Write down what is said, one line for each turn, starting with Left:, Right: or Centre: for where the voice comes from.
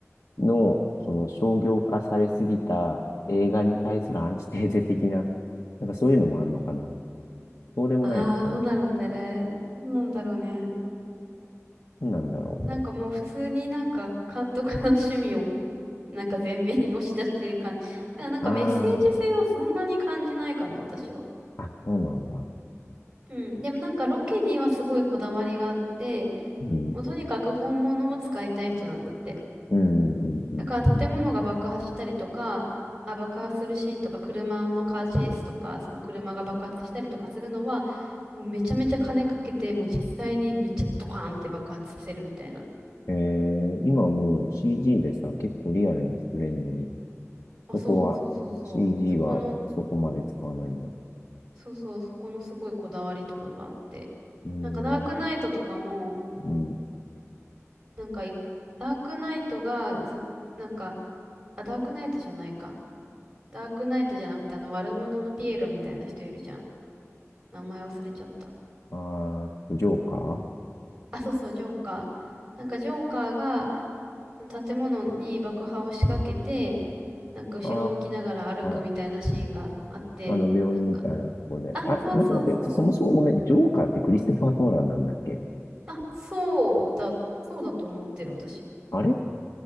Left: ーの、その商業化されすぎた映画に対するアンチテーゼ的な、なんかそういうのもあんのかな。そうでもないのかな。
Right: ああ、どうだろうね。どうなんだろうね。
Left: 何なんだろうね。
Right: なんかもう普通になんか監督の趣味をなんか前面に押し出してる感じ。だからなんかメッセージ性はそんなに感じないかな、
Left: あ
Right: 私は。
Left: あ、あ、そうなんだ。
Right: うん。でもなんかロケにはすごいこだわりがあって、
Left: うん、
Right: もうとにかく本物を使いたい人なんだって。
Left: うん、うん、
Right: だから建物が爆破したりとか、あ、爆破するシーンとか、車のカーチェイスとか、その車が爆発したりとかするのは、もうめちゃめちゃ金かけて、もう実際にめっちゃドカーンって爆発させるみたいな。
Left: うん。えー、今はもう CG でさ、結構リアルに作れるのに、
Right: あ、
Left: そこは
Right: そう、そうそうそう。
Left: CG
Right: そこの、
Left: はそこまで使わないんだ。
Right: そうそう、そこのすごいこだわりとかがあって。
Left: うーん、
Right: なんかダークナイトとかも、
Left: うん。
Right: なんかい、ダークナイトがず、なんか、あ、ダークナイトじゃないか。ダークナイトじゃなくて、あの悪者のピエロみたいな人いるじゃん。名前忘れちゃった。
Left: あー、ジョーカ
Right: あ、そうそう、ジョーカー。なんかジョーカーが建物に爆破を仕掛けて、なんか後ろを向きながら歩くみたいなシーンがあって、
Left: ーああー、あの、病院みたいなところで。
Right: なんか、あ、
Left: あ、
Right: そうそうそう。
Left: 待って待って、そもそもごめん、ジョーカーってクリストファー・トーランなんだっけ
Right: あ、そうだ、そうだと思ってる私。
Left: あれ